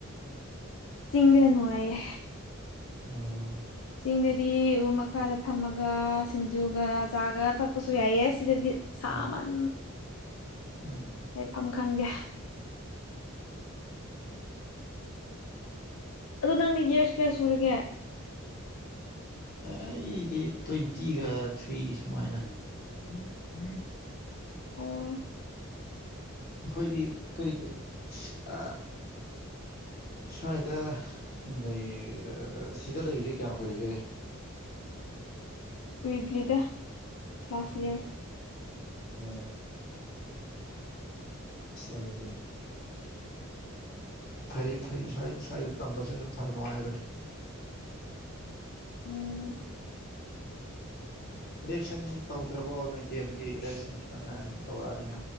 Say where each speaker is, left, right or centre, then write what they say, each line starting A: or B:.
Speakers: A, on the left (about 80°); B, on the left (about 45°).
A: ꯆꯤꯡꯗꯅ ꯅꯨꯡꯉꯥꯏꯌꯦ
B: ꯎꯝ
A: ꯆꯤꯡꯗꯗꯤ ꯎ ꯃꯈꯥꯗ ꯐꯝꯃꯒ ꯁꯤꯡꯖꯨꯒ ꯆꯥꯒ ꯊꯛ ꯄꯁꯨ ꯌꯥꯏꯌ‌ꯦ ꯁꯤꯗꯗꯤ ꯁꯥꯃꯟ
B: ꯍꯣꯏ ꯎꯝ
A: ꯂꯩꯐꯝ ꯈꯪꯗꯦ ꯑꯗ ꯅꯪꯗꯤ ꯏꯌꯔꯁ ꯀꯌꯥ ꯁꯨꯔꯒꯦ
B: ꯑꯩꯗꯤ ꯇ꯭ꯋꯦꯟꯇꯤꯒ ꯊ꯭ꯔꯤ ꯁꯨꯃꯥꯏꯅ
A: <unintelligible> ꯑꯣ
B: ꯍꯣꯏꯗꯤ ꯀꯔꯤ ꯀꯔꯤ ꯑ ꯁ꯭ꯋꯥꯏꯗ ꯁꯨꯝ ꯂꯩ ꯑ ꯁꯤꯗ ꯂꯩꯕꯗꯤ ꯀꯌꯥꯝ ꯀꯨꯏꯔꯒꯦ
A: ꯀꯨꯏꯗ꯭ꯔꯤꯗ ꯂꯥꯁ
B: ꯎꯝ
A: ꯏꯌꯥꯔ
B: ꯑꯣ ꯁꯥꯖꯒꯦ ꯐꯩꯌ‌ꯦ ꯐꯩꯌ‌ꯦ ꯁ꯭ꯋꯥꯏ ꯁ꯭ꯋꯥꯏꯗ ꯇꯝꯕꯁꯨ ꯑꯗꯨꯝ ꯐ ꯅꯨꯡꯉꯥꯏꯕꯅꯤ
A: ꯎꯝ
B: ꯏꯂꯦꯛꯁꯟ ꯇꯧꯗ꯭ꯔꯕꯣ ꯅꯣꯏ ꯗꯤ ꯑꯦꯝꯒꯤ ꯏꯂꯦꯛꯁꯟ ꯈꯤꯇꯪ ꯉꯥꯏꯔꯝꯃ ꯇꯧꯔꯛꯑꯅꯤ